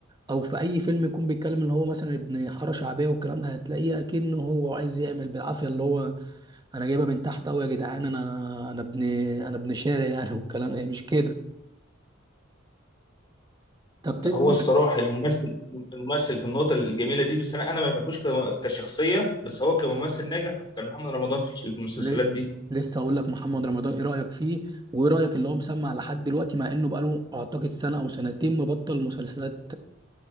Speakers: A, on the right (about 20°); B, on the left (about 25°).
A: او في اي فيلم يكون بيتكلم اللي هو مثلا ابن حاره شعبيه والكلام ده هتلاقيه اكنه هو عايز يعمل بالعافيه اللي هو انا جايبها من تحت قوي يا جدعان انا انا ابن انا ابن شارع يعني والكلام هي مش كده طب
B: لا،
A: تدي
B: هو الصراحه الممثل الممثل في النقطه الجميله دي بس انا انا ما بحبوش كم- كشخصيه بس هو كممثل ناجح كان محمد رمضان في المسلسلات
A: ليه؟
B: دي
A: لسه هقول لك محمد رمضان ايه رايك فيه وايه رايك اللي هو مسمع لحد دلوقتي مع انه بقاله اعتقد سنه او سنتين مبطل مسلسلات